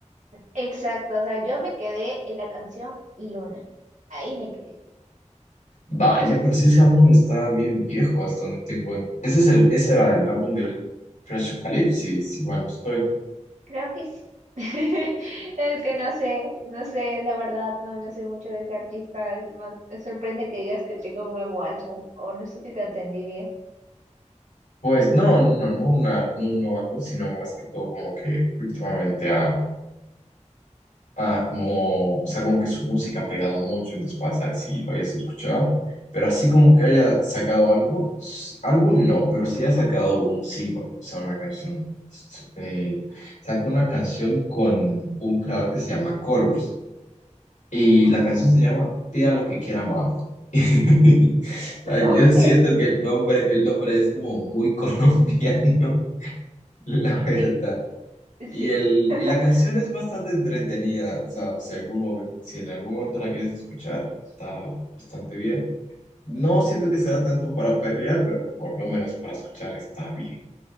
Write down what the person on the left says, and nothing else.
Vaya, pero sí ese álbum está bien viejo, hasta donde tengo. Ese es el, ese era el álbum del Fresh Eucalyptus, si mal no estoy.
Pues no, no, no, una- no un nuevo álbum, sino más que todo como que últimamente ha Ah, como, o sea, como que su música ha pegado mucho, entonces para saber si lo habías escuchado, pero así como que haya sacado algo, s- álbum no, pero sí ha sacado un single, o sea, una canción. S- eh, sacó una canción con un creador que se llama Colors y
la canción se llama Pida lo que quiera mami. <laughs> O sea,
yo siento que el nombre, el nombre es como muy colombiano, <laughs> la verdad.
Y, el,
y la canción es bastante entretenida, o sea, si, algún momen- si en algún momento la quieres escuchar, está bastante bien. No siento que sea tanto para perrear, pero por lo menos para escuchar está bien.